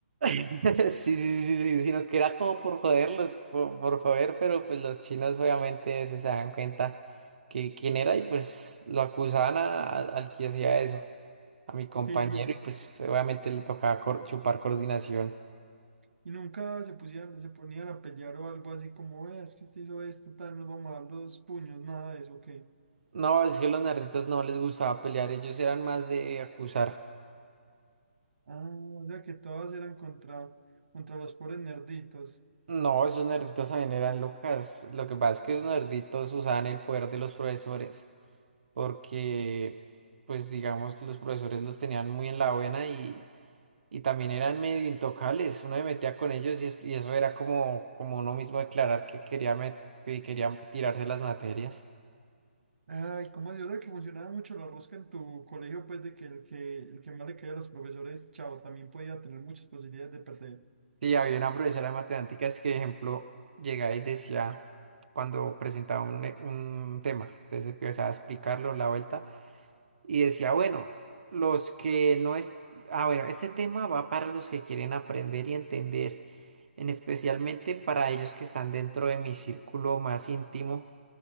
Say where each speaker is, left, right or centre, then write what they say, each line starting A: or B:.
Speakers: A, on the right (about 55°); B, on the right (about 70°).
A: <laughs> Sí, sí, sí, sí, sino que era como por joderlos, por, por joder, pero pues los chinos obviamente se se dan cuenta que quién era y pues lo acusaban a- a- al que hacía eso, a mi compañero,
B: Sí, sí.
A: y pues obviamente le tocaba cor- chupar coordinación.
B: Y nunca se pusieran, se ponían a pelear o algo así como, "Vea, es que usted hizo esto, tal, nos vamos a dar los puños, nada de eso, ¿qué?
A: No, es que los nerditos no les gustaba pelear, ellos eran más de acusar.
B: Ah, o sea que todas eran contra, contra los pobres nerditos.
A: No, esos nerditos también eran locas. Lo que pasa es que esos nerditos usaban el poder de los profesores, porque, pues digamos, los profesores los tenían muy en la buena y, y también eran medio intocables. Uno se metía con ellos y, es- y eso era como, como uno mismo declarar que quería, met- que quería tirarse las materias.
B: Ay, ¿cómo así? O sea que funcionaba mucho la rosca en tu colegio, pues de que el que, el que más le caía a los profesores, chao, también podía tener muchas posibilidades de perder.
A: Sí, había una profesora de matemáticas que, ejemplo, llegaba y decía cuando presentaba un, un tema, entonces empezaba a explicarlo la vuelta. Y decía, bueno, los que no es... Ah, bueno, este tema va para los que quieren aprender y entender, en especialmente para ellos que están dentro de mi círculo más íntimo,